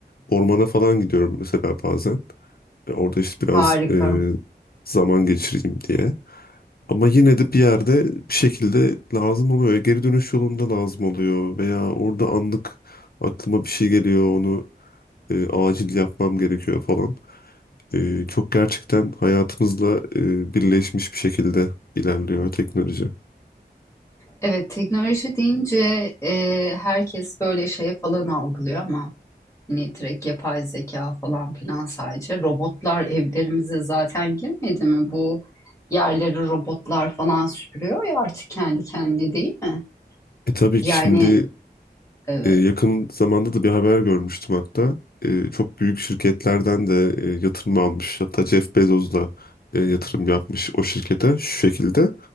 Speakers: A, on the left; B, on the left.
A: ormana falan gidiyorum mesela bazen. E, Orada işte biraz
B: Harika.
A: eee, zaman geçireyim diye. Ama yine de bir yerde bir şekilde lazım oluyor. Ya Geri dönüş yolunda lazım oluyor veya orada anlık aklıma bir şey geliyor onu e, acil yapmam gerekiyor falan. E, çok gerçekten hayatımızla e, birleşmiş bir şekilde ilerliyor teknoloji.
B: Evet, teknoloji deyince e, herkes böyle şey falan algılıyor ama hani direkt yapay zeka falan filan sadece robotlar evlerimize zaten girmedi mi? Bu yerleri robotlar falan süpürüyor ya artık kendi kendine değil mi?
A: E tabii
B: Yani
A: ki şimdi
B: evet.
A: E, yakın zamanda da bir haber görmüştüm hatta. E, çok büyük şirketlerden de e, yatırım almış. Hatta Jeff Bezos da e, yatırım yapmış o şirkete şu şekilde.